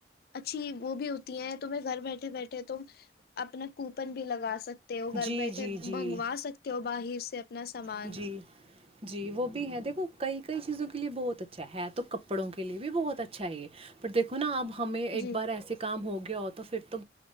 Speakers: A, on the left (about 55°); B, on the right (about 30°).
A: اچھی وہ بھی ہوتی ہیں تمہیں گھر بیٹھے بیٹھے تم اپنا کوپن بھی لگا سکتے ت وہ
B: جی
A: گھر بیٹھے
B: جی جی
A: منگوا سکتے ہو باہر سے اپنا سامان
B: جی جی وہ بھی ہے دیکھو کئی کئی چیزوں کے لیے بہت اچھا ہے تو کپڑوں کے لیے بھی بہت اچھا ہے یہ پر دیکو نا اب ہمیں ایک
A: جی
B: بار ایسے کام ہو گیا ہو تو پھر تو